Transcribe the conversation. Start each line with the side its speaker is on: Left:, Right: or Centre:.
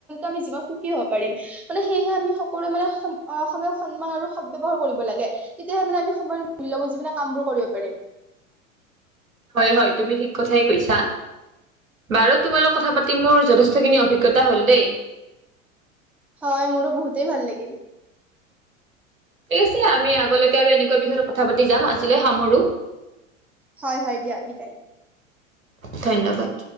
Centre: আমি জীৱনত সুখী হ'ব পাৰিম। মানে সেয়হে আমি সকলোৱে মানে স অ সময়ক সন্মান আৰু সদ ব্যৱহাৰ কৰিব লাগে। তেতিয়াহে মানে আমি সময়ৰ মূল্য বুজি পোৱা কামবোৰ কৰিব পাৰিম।
Right: হয় হয় তুমি ঠিক কথাই কৈছা। বাৰু তোমালোক কথা পাতি মোৰ যথেষ্টখিনি অভিজ্ঞতা হ'ল দেই।
Centre: হয় মোৰো বহুতেই ভাল লাগিল।
Right: ঠিক আছে আমি আগলৈকে আৰু এনেকুৱা বিষয়ত কথা পাতি যাম আজিলৈ সামৰো।
Centre: হয় হয় দিয়া বিদাই।
Right: ধন্যবাদ।